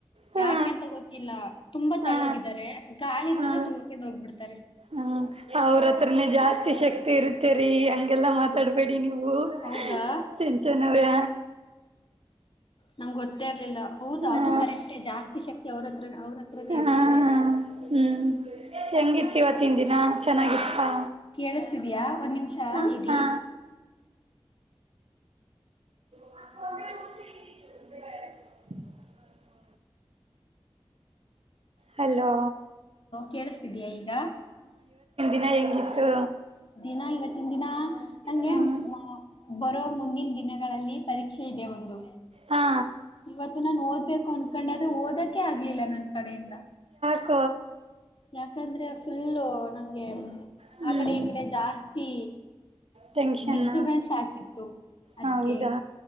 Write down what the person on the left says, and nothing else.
ಯಾಕೆಂತ ಗೊತ್ತಿಲ್ಲ ತುಂಬಾ
ತಳ್ಳಗಿದ್ದಾರೆ ಗಾಳಿ
ಬಂದ್ರೆ ತೂರ್ಕ್ಯಾಂಡ್ ಹೋಗ್ಬಿಡ್ತಾರೆ.
ಹೌದಾ
ನಮ್ಗ್ ಗೊತ್ತೇ ಇರ್ಲಿಲ್ಲ ಹೌದ
ಅದು ಕರೆಕ್ಟೇ ಜಾಸ್ತಿ ಶಕ್ತಿ ಅವ್ರತ್ರ ಅವ್ರ್ ಹತ್ರನೇ
ಇರುತ್ತೆ
ಕೇಳುಸ್ ತಿದ್ಯ. ಒನ್ ನಿಮ್ಷ
ಇರಿ.
ಕೇಳುಸ್ ತಿದ್ಯ ಇಗ.
ದಿನ ಇವತ್ತಿನ್ ದಿನ ನಂಗೆ
ಮ ಬರೋ ಮುಂದಿನ್ ದಿನಗಳಲ್ಲಿ ಪರೀಕ್ಷೆ ಇದೆ ಒಂದು
ಇವತ್ತು ನಾನು ಓದ್ಬೇಕು ಅನ್ಕೊಂಡಾದ್ರೂ ಓದಕ್ ಆಗ್ಲಿಲ್ಲ ನನ್ ಕಡೆಯಿಂದ.
ಯಾಕಂದ್ರೆ ಫುಲ್ಲು ನಂಗೆ
ಆ ಕಡೆ ಈ ಕಡೆ ಜಾಸ್ತಿ
ಡಿಸ್ಟರ್ಬೆನ್ಸ್ ಆಗ್ತಿತ್ತು ಅದಕ್ಕೆ